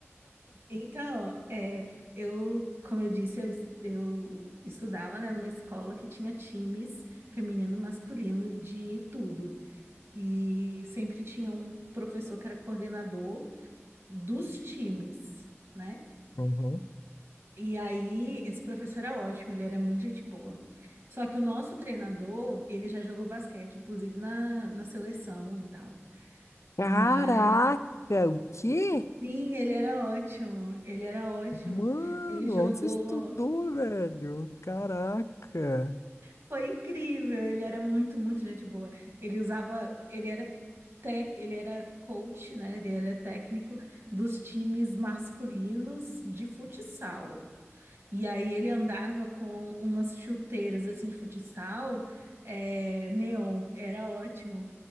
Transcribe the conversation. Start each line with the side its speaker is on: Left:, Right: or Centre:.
Right: Então, é, eu, como eu disse, eu, es- eu estudava, né, numa escola que tinha times feminino e masculino de tudo. E sempre tinha um professor que era coordenador dos times, né?
Left: Uhum.
Right: E aí, esse professor era ótimo, ele era muito gente boa. Só que o nosso treinador, ele já jogou basquete, inclusive na, na seleção e tal. Mas,
Left: Caraca, o quê?
Right: sim, ele era ótimo, ele era ótimo.
Left: Mano,
Right: Ele jogou.
Left: onde você estudou, velho? Caraca.
Right: Foi incrível, ele era muito, muito gente boa. Ele usava, ele era tec, ele era coach, né? Ele era técnico dos times masculinos de futsal. E aí ele andava com umas chuteiras assim de futsal, é, neon, era ótimo.